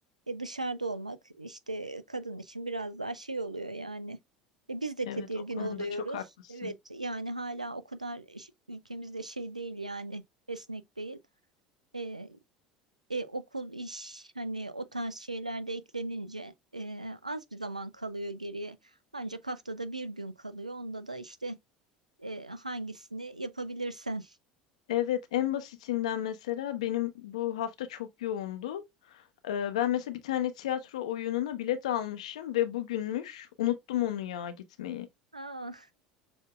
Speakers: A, on the right (about 85°); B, on the left (about 65°).
A: e, dışarıda olmak işte kadın için biraz daha şey oluyor yani. E, biz de
B: Evet,
A: tedirgin
B: o konuda
A: oluyoruz.
B: çok haklısın.
A: Evet yani hala o kadar iş- ülkemizde şey değil yani esnek değil. E, e, okul iş hani o tarz şeyler de eklenince e, az bir zaman kalıyor geriye. Ancak haftada bir gün kalıyor. Onda da işte e, hangisini yapabilirsen.
B: Evet, en basitinden mesela benim bu hafta çok yoğundu. Ee, ben mesela bir tane tiyatro oyununa bilet almışım ve bugünmüş. Unuttum onu ya gitmeyi.
A: Aa,